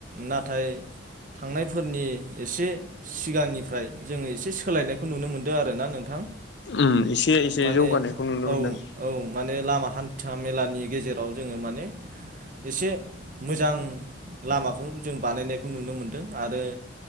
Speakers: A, on the right (about 45°); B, on the left (about 60°).
A: नाथाय थांनायफोरनि एसे सिगांनिफ्राय जोङो एसे सोलायनायखौ नुनो मोनदों आरो ना नोंथां
B: उ एसे एसे
A: माने
B: जौगानायखौ नुनो
A: औ
B: मोनदों
A: औ माने लामा हान्था मेलानि गेजेराव जोङो माने एसे मोजां लामाखौ जों बानायनायखौ नुनो मोनदों आरो